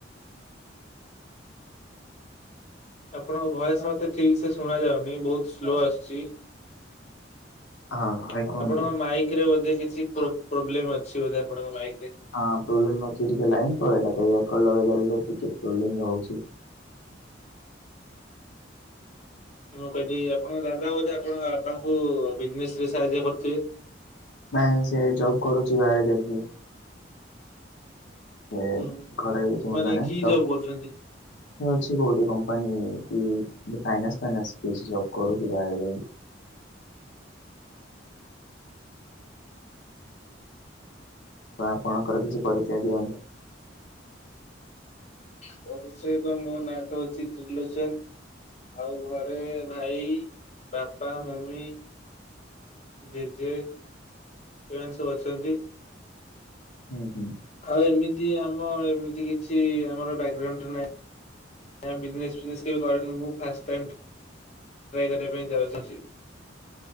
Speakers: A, on the left (about 35°); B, on the left (about 80°).
A: ଆପଣଙ୍କ ଭଏସ୍ ମତେ ଠିକ୍ ସେ ଶୁଣା ଯାଉନି ବହୁତ ସ୍ଲୋ ଆସୁଛି।
B: ହଁ ଭାଇ କୁହନ୍ତୁ
A: ଆପଣଙ୍କ ମାଇକ୍ ରେ ବୋଧେ କିଛି ପ୍ରୋ ପ୍ରୋବ୍ଲେମ ଅଛି ବୋଧେ ଆପଣଙ୍କ ମାଇକ୍
B: ହଁ ପ୍ରୋବ୍ଲେମ୍ ଅଛି ଟିକେ ଲାଇନ ପଳେଇଲା ତ। <unintelligible> ଟିକେ ପ୍ରୋବ୍ଲେମ୍ ରହୁଚି।
A: ମୁଁ କହିଲି ଆପଣଙ୍କ ଦାଦା ବୋଧେ ଆପଣଙ୍କ ବାପାଙ୍କୁ ବିଜନେସ ରେ ସାହାଯ୍ୟ କରୁଥିବେ।
B: ନାଇଁ ସେ ଜବ୍ କରୁଛି ବାହାରେ ଯାଇକି। ସେ
A: ହୁଁ
B: ଘରେ କିଛି ମୁଣ୍ଡା
A: ମାନେ
B: ନାଇଁ
A: କି
B: ଜବ
A: ଜବ୍ କରୁଛନ୍ତି?
B: ଅଛି କୋଉଠି କମ୍ପାନୀ। କି ଫାଇନାସ ଫାଇନସ୍ କିଛି ଜବ କରୁଛି ବାହାରେ ଯାଇଁକି। <inaudible> ତ ଆପଣଙ୍କର କିଛି ପରିଚୟ ଦିଅନ୍ତୁ।
A: ମୋ ବିଷୟରେ ମୋ ନାଁ ତ ଅଛି ତ୍ରିଲୋଚନ। ଆଉ ଘରେ ଭାଇ ବାପା ମମି। ଜଜେ ଏମାନେ ସବୁ ଅଛନ୍ତି।
B: ହୁଁ ହୁଁ।
A: ଆଉ ଏମିତି ଆମ ଏମିତି କିଛି ଆମର ବ୍ୟାକଗ୍ରାଉଣ୍ଡରେ ନାହିଁ। ଆମେ ବିଜନେସ୍ ଫିଜନେସ କେବେ କରନୁ ମୁଁ ଫାଷ୍ଟ ଟାଇମ। ଟ୍ରାଇ କରିବା ପାଇଁ ଯାଉଅଛି।